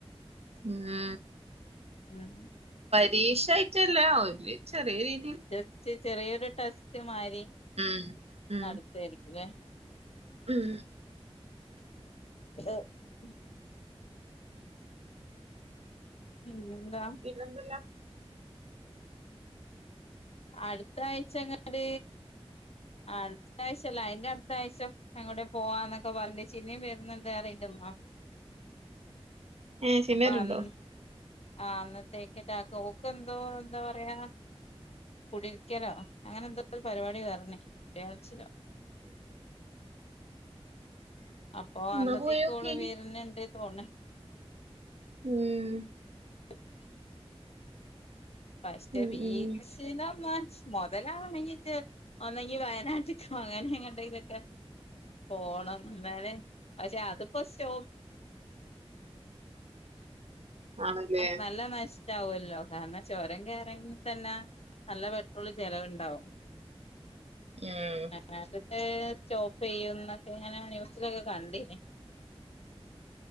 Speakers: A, on the right; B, on the left.
A: ഉം ന്നാ
B: ഉം
A: രീഷായിട്ടല്ല. ഒരു ചെറിയ രീ
B: ജസ്റ്റ് ചെറിയൊരു ടെസ്റ്റ് മായ്രി
A: ഉം ഉം
B: നടത്തേരിക്കും ലേ.
A: ഉം
B: <unintelligible> പിന്നെ എന്താ.
A: പിന്നെന്തല്ലാ
B: അടുത്ത ആഴ്ച ഇങ്ങട് അടുത്ത ആഴ്ചല്ല അയിന്റെ അടുത്ത ആഴ്ച എങ്ങോട്ടേം പോവാന്നൊക്കെ പറഞ്ഞ് ച്ച് ഇനിം വരുന്നുണ്ട് പറിം ഇൻ്റെമ്മ.
A: ഏഹ്
B: അപ്പൊ
A: <unintelligible> വര്ണ്ടോ?
B: അന്ന് ആ അന്നത്തേക്ക് അറ്റാക്ക് ഓക്ക് ഓക്ക് എന്തോ എന്താ പറയാ. കുടിയിരിക്കലോ അങ്ങനെ എന്തോ ഒരു പരിപാടി പറഞ്ഞ്. മുട്‌യാൾ ച്ചിലോ അപ്പൊ
A: എന്നാ
B: അന്നത്തേക്ക്
A: പോയോക്കേനി
B: കൂടെ വേരന്ന്ണ്ട് തോന്നണേ
A: ഉം
B: <unintelligible> പക്ഷെ
A: ഉം
B: <unintelligible>
A: ഉം
B: മൊതലാണെങ്കി ജ് ഒന്നെങ്കി വയനാട്ട്ക്കോ അങ്ങനെ എങ്ങട്ടേലൊക്കെ പോണം. ഇന്നാലെ പക്ഷെ അതിപ്പോ സ്‌റ്റോ
A: ആണല്ലേ
B: <unintelligible> <unintelligible> കാരണം ചൊരം കയറങ്ങി തന്ന നല്ല പെട്രോള് ചെലവ്ണ്ടാവും
A: ഉം
B: <unintelligible> <unintelligible> സ്റ്റോപ്പ് ചെയ്യുംന്നൊക്കെ ഇങ്ങനെ ന്യൂസിലൊക്കെ കണ്ട്നി